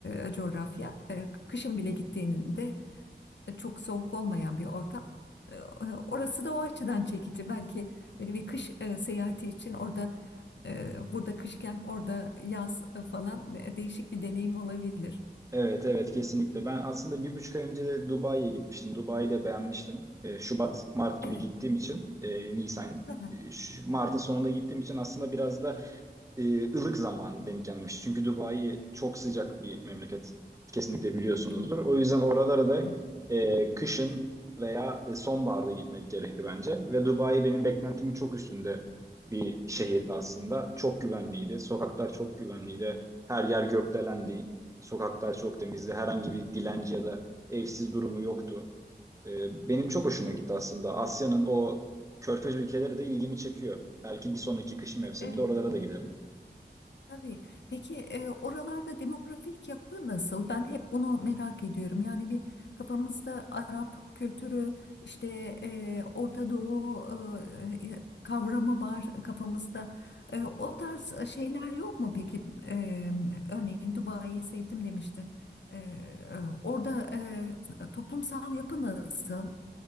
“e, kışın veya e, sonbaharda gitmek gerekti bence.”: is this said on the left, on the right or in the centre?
Right